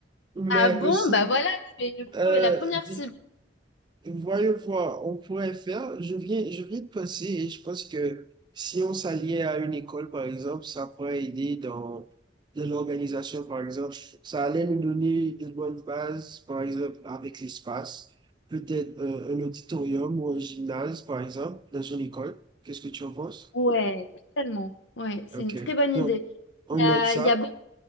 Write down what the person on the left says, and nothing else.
Ah bon,
bah voilà, c'est le pre-
la première
cible.
Ouais, tellement. Ouais, c'est
une très bonne idée.
Il y a,
il y a beaucoup-